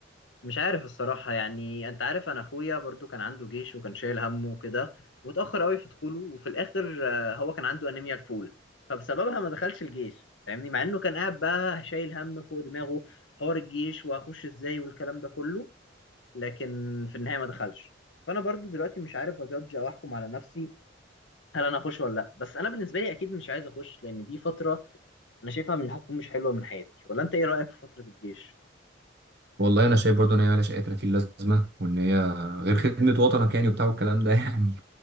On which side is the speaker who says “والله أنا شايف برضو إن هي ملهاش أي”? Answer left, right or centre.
Right